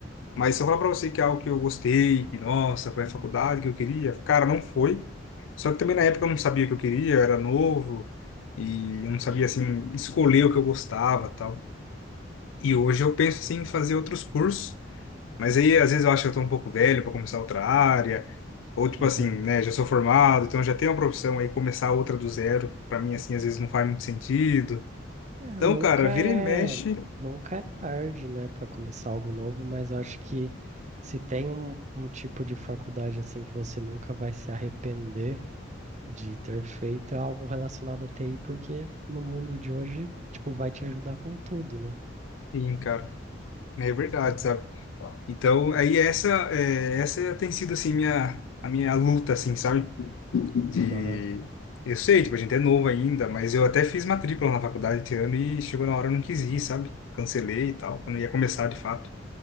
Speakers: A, on the left; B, on the right.
A: Mas se eu falar pra você que é algo que eu gostei, que, nossa, foi a faculdade que eu queria, cara, não foi. Só que também na época eu não sabia o que eu queria, eu era novo e eu não sabia, assim, escolher o que eu gostava tal. E hoje eu penso, assim, em fazer outros cursos. Mas aí, às vezes, eu acho que eu tô um pouco velho para começar outra área. Ou, tipo
B: Aham.
A: assim, né, já sou formado, então já tenho uma profissão aí, começar outra do zero, pra mim, assim, às vezes não faz muito sentido.
B: É,
A: Então,
B: nunca
A: cara, vira
B: é,
A: e mexe,
B: nunca é tarde, né, para começar algo novo, mas eu acho que se tem um, um tipo de faculdade assim que você nunca vai se arrepender de ter feito é algo relacionado a TI, porque no mundo de hoje, tipo, vai te ajudar com tudo, né?
A: sim, cara, é verdade, sabe? Então, aí essa, é, essa tem sido, assim, minha, a minha luta, assim, sabe? De,
B: Aham,
A: eu sei, tipo, a gente é novo ainda, mas eu até fiz matrícula na faculdade esse ano e chegou na hora eu não quis ir, sabe? Cancelei e tal, quando ia começar, de fato,